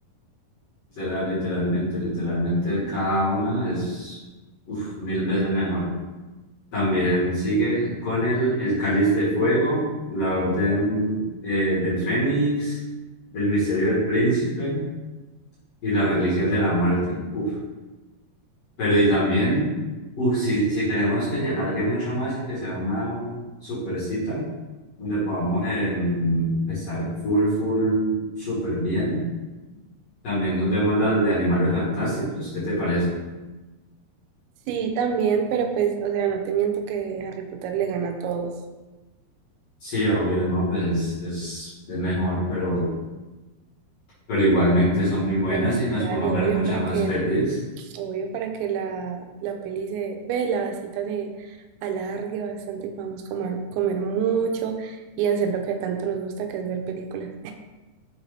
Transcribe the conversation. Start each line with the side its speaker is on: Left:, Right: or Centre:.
Left: literal- literalmente, literalmente cada una es uf, mil veces mejor. También sigue con el, el Cáliz de Fuego, la Orden eh, del Fénix, el Misterio del Príncipe y las Reliquias de la Muerte. Uf. Pero y también, uf, si, si queremos que se alargue mucho más y que sea una super cita, donde podamos em, estar full, full, súper bien, también nos vemos las de Animales Fantásticos. ¿Qué te parece?
Right: Sí, también, pero pues, o sea, no te miento que Harry Potter le gana a todos,
Left: Sí, obvio, no, pues es, es es mejor, pero... pero igualmente son muy buenas
Right: pero sí,
Left: y nos
Right: dale,
Left: podemos ver
Right: obvio,
Left: muchas
Right: para
Left: más
Right: que
Left: pelis.
Right: Obvio, para que la, la peli se ve, la cita se alargue bastante y podamos comer, comer mucho y hacer lo que tanto nos gusta, que es ver películas.